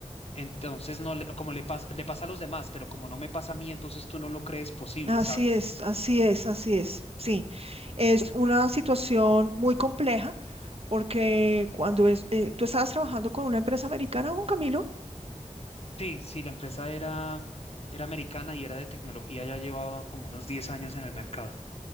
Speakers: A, on the left; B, on the right.
A: entonces no, le- como le pasa, le pasa a los demás, pero como no me pasa a mí, entonces tú no lo crees posible,
B: Así
A: ¿sabes?
B: es, así es, así es. Sí, es una situación muy compleja porque cuando es, eh, tú estabas trabajando con una empresa americana, Juan Camilo.
A: Sí, sí, la empresa era, era americana y era de tecnología, ya llevaba como unos 10 años en el mercado.